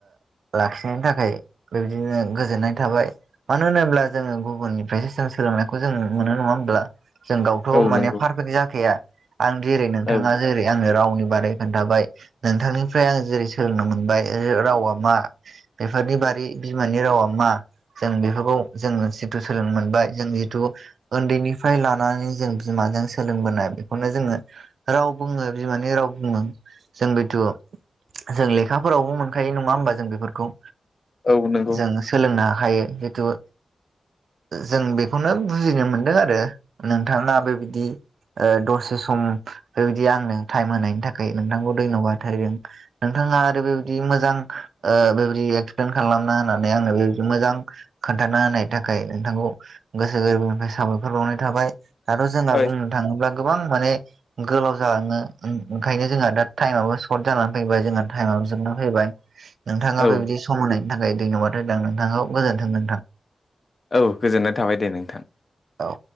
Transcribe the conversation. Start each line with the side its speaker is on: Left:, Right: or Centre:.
Right: लाखिनायनि थाखाय बेबायदिनो गोजोननाय थाबाय मानो होनोब्ला जोङो गुबुननिफ्रायसो जों सोलोंनायखौ जों मोनो नङा होनोमब्ला जों गावथ'
Left: औ
Right: माने
Left: नंगौ
Right: पारफेक्ट जाखाया आं जेरै नोंथाङा
Left: औ
Right: जेरै आङो रावनि बारै खोन्थाबाय नोंथांनिफ्राय आं जेरै सोलोंनो मोनबाय रावा मा बेफोरनि बारि बिमानि रावा मा जों बेफोरखौ जोङो जिथु सोलोंनो मोनबाय जों जिथु उन्दैनिफ्राय लानानै जों बिमाजों सोलोंबोनाय बेखौनो जोङो राव बुङो बिमानि राव बुङो जों बेथ' जों लेखाफोरावबो मोनखायो नङा होमबा जों बेफोरखौ
Left: औ नंगौ
Right: जों सोलोंनो हायो जितु जों बेखौनो बुजिनो मोनदों आरो नोंथाङा बेबायदि ओ दसे सम बेबायदि आंनो टाइम होनायनि थाखाय नोंथांखौ धन्यबाद होदों नोंथाङा आरो बेबायदि मोजां बेबायदि एक्सप्लेन खालामना होनानै आङो बेबायदि मोजां खोन्थाना होनायनि थाखाय नोंथांखौ गोसो गोरबोनिफ्राय साबायखर बावनाय थाबाय आरो' जोंना
Left: ओइ
Right: बुंनो थाङोब्ला गोबां माने गोलाव जालाङो ओंखायनो जोंहा दा टाइमाबाबो सर्ट जानानै फैबाय जोंहा टाइमाबो जोबना फैबाय नोंथाङा
Left: औ
Right: बेबायदि सम होनायनि थाखाय धन्यबाद होदों आं नोंथाखौ गोजोन्थों नोंथां
Left: औ गोजोननाय थाबाय दे नोंथां
Right: औ